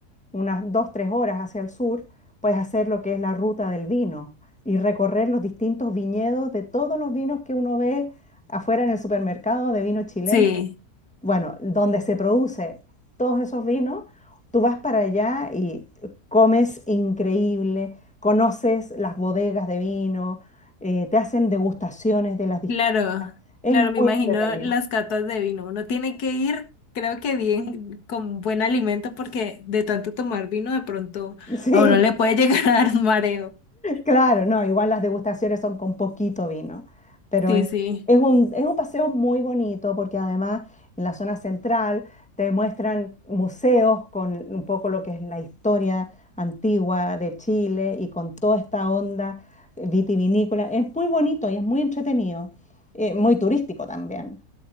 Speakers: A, in the centre; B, on the left (about 75°).
A: unas dos, tres horas hacia el sur, puedes hacer lo que es la ruta del vino y recorrer los distintos viñedos de todos los vinos que uno ve afuera en el supermercado de vino chileno
B: Sí.
A: bueno, donde se produce todos esos vinos, tú vas para allá y comes increíble, conoces las bodegas de vino, eh, te hacen degustaciones de las distintas.
B: Claro,
A: Es
B: claro,
A: muy
B: me imagino
A: entretenido.
B: las catas de vino. Uno tiene que ir, creo que bien, con buen alimento, porque de tanto tomar vino, de pronto
A: <laughs> Sí.
B: a uno le puede llegar <laughs> a dar un mareo.
A: Claro, no, igual las degustaciones son con poquito vino, pero
B: Sí,
A: es,
B: sí,
A: es un, es un paseo muy bonito porque además en la zona central te muestran museos con un poco lo que es la historia antigua de Chile y con toda esta onda vitivinícola. Es muy bonito y es muy entretenido, eh, muy turístico también.